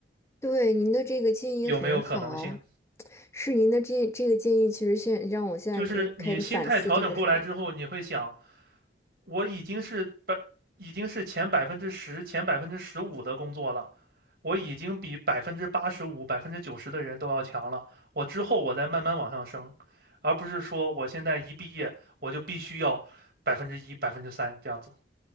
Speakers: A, on the left (about 15°); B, on the right (about 55°).
A: 对，您的这个建议很好，
B: 有没有可能性？
A: <tsk> 是您的这这个建议，其实现让我现在可以开始反思这个事儿。
B: 就是你心态调整过来之后，你会想，我已经是百，已经是前百分之十、前百分之十五的工作了，我已经比百分之八十五、百分之九十的人都要强了。我之后我再慢慢往上升，而不是说我现在一毕业我就必须要百分之一、百分之三这样子。